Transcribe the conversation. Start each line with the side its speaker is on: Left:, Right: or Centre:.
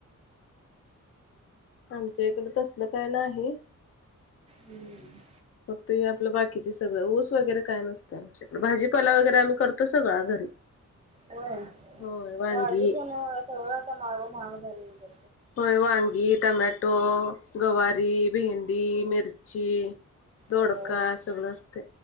Left: आमच्या इकड तसल काय नाही.
Right: हम्म
Left: फक्त हे आपलं बाकीचे सगळं ऊस वगैरे काय नसत. भाजीपाला वगैरे आम्ही करतो सगळा घरी.
Right: होय,
Left: होय वांगी
Right: भाजी पण सगळं आता माग महाग झाले बर.
Left: होय वांगी, टमॅटो, गवारी,
Right: झाले.
Left: भेंडी, मिरची दोडका
Right: हो
Left: सगळं असते